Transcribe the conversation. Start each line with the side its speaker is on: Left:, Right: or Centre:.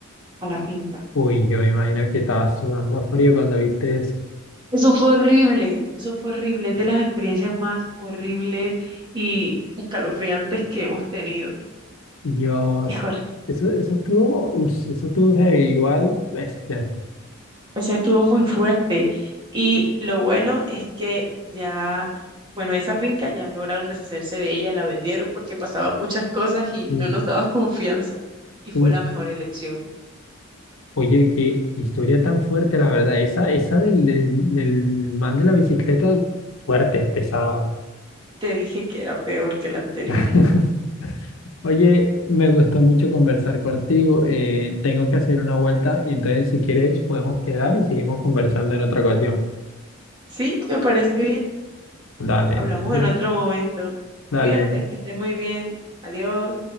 Right: a la finca.
Left: Uy, yo me imagino que estabas sudando a frío cuando viste eso.
Right: Eso fue horrible, eso fue horrible, es de las experiencias más horribles y escalofriantes que hemos tenido.
Left: Dios,
Right: Es horrible.
Left: eso, eso estuvo, uy, eso estuvo heavy, igual, bestia.
Right: O sea, estuvo muy fuerte. Y lo bueno es que ya, bueno, esa finca ya lograron deshacerse de ella, la vendieron porque pasaban muchas cosas y
Left: Sí.
Right: no nos daba confianza. Y fue
Left: Uf,
Right: la mejor elección.
Left: Oye, qué qué historia tan fuerte, la verdad. Esa, esa del, del, del man de la bicicleta, fuerte, pesado.
Right: Te dije que era peor que la anterior.
Left: <laughs> Oye, me gustó mucho conversar contigo. eh, tengo que hacer una vuelta y entonces si quieres podemos quedar y seguimos conversando en otra ocasión.
Right: Sí, me parece bien.
Left: Dale,
Right: Hablamos
Left: entonces,
Right: en otro momento.
Left: dale.
Right: Cuídate, que estés muy bien. Adiós.